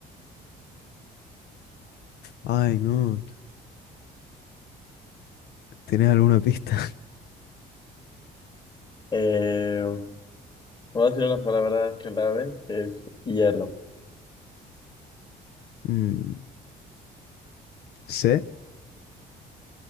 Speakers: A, on the left; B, on the left.
A: Ay, no. ¿Tenés alguna pista? <laughs>
B: eh, voy a decir una palabra clave que es hielo.
A: Mm, C,